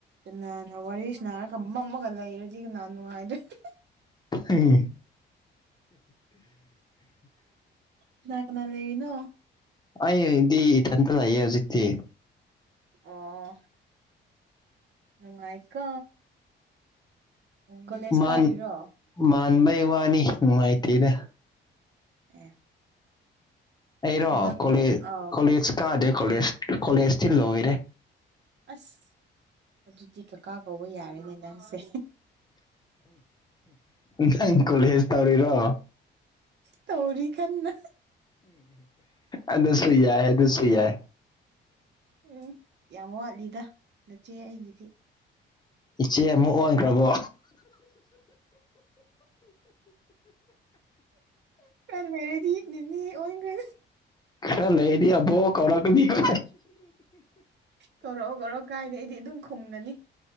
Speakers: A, on the right; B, on the left.
A: ꯀꯅꯥꯅ ꯋꯥꯔꯤ ꯁꯟꯅꯥꯔꯒ ꯃꯝꯃꯒ ꯂꯩꯔꯗꯤ ꯀꯅꯥ ꯅꯨꯡꯉꯥꯏꯗꯣꯏꯅꯣ
B: UNINTELLIGIBLE
A: ꯀꯅꯥꯀꯅꯥ ꯂꯩꯔꯤꯅꯣ
B: ꯑꯩꯑꯣꯏꯗꯤ ꯏꯊꯟꯇ ꯂꯩꯌꯦ ꯍꯧꯖꯤꯛꯇꯤ
A: ꯑꯣꯑꯣ ꯅꯨꯡꯉꯥꯏꯀꯣ ꯀꯣꯂꯦꯖ
B: ꯃꯥꯟ
A: ꯀꯥꯔꯤꯔꯣ
B: ꯃꯥꯟꯕ ꯩ ꯋꯥꯅꯤ ꯅꯨꯡꯉꯥꯏꯇꯦꯗ
A: ꯑꯦ
B: ꯑꯩꯔꯣ
A: ꯊꯕꯛ
B: ꯀꯣꯂꯦ
A: ꯇꯧ ꯑꯥꯎ
B: ꯀꯣꯂꯦꯖ ꯀꯥꯗꯦ ꯀꯣꯂꯦꯖ ꯀꯣꯂꯦꯖꯇꯤ ꯂꯣꯏꯔꯦ
A: ꯑꯥꯁ ꯑꯗꯨꯗꯤ ꯀꯥꯀꯥ ꯀꯧꯕ ꯌꯥꯔꯦꯅꯦ ꯅꯪꯁꯦ
B: ꯅꯪ ꯀꯣꯂꯦꯖ ꯇꯧꯔꯤꯔꯣ
A: ꯇꯧꯔꯤ ꯀꯟꯅ
B: ꯑꯗꯨꯁꯨ ꯌꯥꯢ-ꯑꯗꯨꯁꯨ ꯌꯥꯏ
A: ꯎꯝ ꯌꯥꯝꯋꯥꯠꯂꯤꯗ ꯅꯥꯆꯦ ꯑꯩꯒꯤꯗꯤ
B: ꯏꯆꯦꯑꯃꯨꯛ ꯑꯣꯟꯈ꯭ꯔꯕꯣ
A: ꯈꯔꯥ ꯂꯩꯔꯗꯤ ꯅꯦꯅꯦ ꯑꯣꯟꯈ꯭ꯔꯥꯅꯤ
B: ꯈꯔꯥ ꯂꯩꯔꯗꯤ ꯑꯕꯣꯛ ꯀꯧꯔꯛꯀꯅꯤꯀꯣ
A: ꯀꯧꯔꯛꯑꯣ ꯀꯧꯔꯛꯑꯣ ꯀꯥꯏꯗ ꯑꯩꯗꯤ ꯑꯗꯨꯝ ꯈꯨꯝꯒꯅꯤ